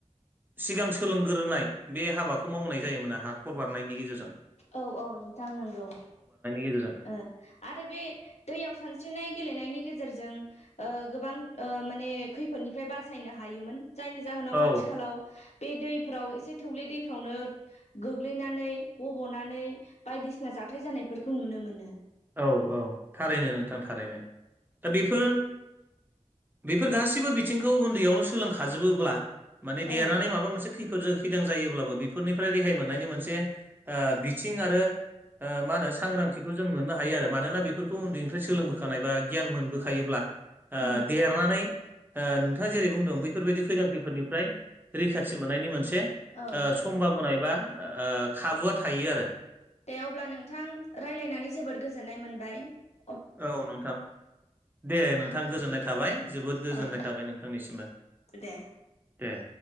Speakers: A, on the right; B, on the left.
A: सिगां सोलोंगोरनाय बे हाबाखौ मावनाय जायोमोन हाखर बारनायनि गेजेरजों ।
B: औ औ नोंथां नंगौ
A: गेजेरजों
B: ओ आरो बे दैयाव सानस्रिनाय गेलेनायनि गेजेरजों ओ गोबां ओ माने खैफोदनिफ्राय बासायनो हायोमोन जायनि जाहोनाव
A: औ
B: आथिखालाव बे दै फ्राव एसे थौले दैफ्रावनो गोग्लैनानै गब बनानै बायदिसिना जाथाय जानायफोरखौ नुनो मोनो ।
A: औ औ थारैनो नोंथां थारैनो । दा बेफोर बेफोर गासिबो बिथिंखौ उन्दैयावनो सोलोंखाजोबोब्ला माने देरनानै
B: औ
A: माबा मोनसे थिफोरजों खैदां जायोब्लाबो बेफोरनिफ्राय रेहाय मोननायनि मोनसे ओ बिथिं आरो ओ मा होनो सांग्रांथिखौ जों मोननो हायो । हायो आरो मानोना बेफोरखौ उन्दैनिफ्राय सोलोंबोखानाय बा गियान मोनबोखायोब्ला ओ
B: उम
A: देरनानै ओ नोंथ नोंथांङा जेरै बुंदों बैफोरबायदि खैदां खैफोरनिफ्राय रैखाथि मोननायनि मोनसे
B: औ
A: हे समभाबा एबा ओ खाबुआ थायो आरो
B: दे अब्ला नोंथां रायज्लायनानै जोबोद गोजोननाय मोनबाय ।
A: औ नोंथां दे नोंथां गोजोननाय थाबाय । जोबोद गोजोननाय
B: औ
A: थाबाय नोंथांनिसिमबो
B: दे
A: दे ।